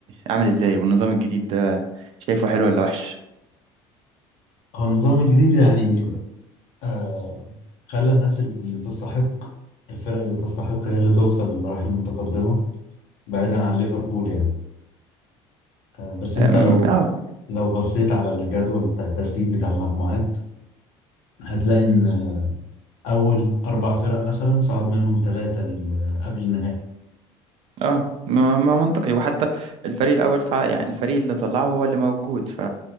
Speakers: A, on the right; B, on the left.
A: عامل ازاي والنظام الجديد ده شايفه حلو ولا وحش؟
B: هو النظام الجديد يعني آه خلى الناس اللي تستحق الفرق اللي تستحق هي اللي توصل للمراحل المتقدمة بعيدا عن ليفربول يعني آه بس انت
A: أم،
B: لو
A: اه
B: لو بصيت على الجدول بتاع الترتيب بتاع المجموعات هتلاقي ان اول اربع فرق مثلا صعد منهم ثلاثة قبل النهائي
A: اه ما ما منطقي وحتى الفريق الأول صع... يعني الفريق اللي طلعه هو اللي موجود ف...